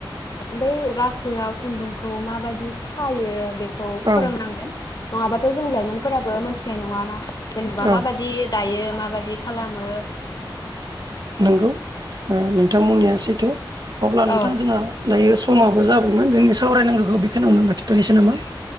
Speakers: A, on the left (about 55°); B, on the right (about 55°).
A: बै रासोआव खुन्दुंखौ माबाददि खायो बेफोर खौ
B: औ
A: फोरोंनांगोन नङाबाथ' जों लाइमोनफोराबो मोनथिनाय नङाना जेनेबा
B: औ
A: माबायदि दायो माबायदि खालामो
B: नंगौ नोंथां बुंनाया सैथो अब्ला नोंथां
A: औ
B: जोंहा दायो समाबो जाबायमोन जोंनि सावरायनांगौखौ बेखौनियावनो लाखिथ'नोसै नामा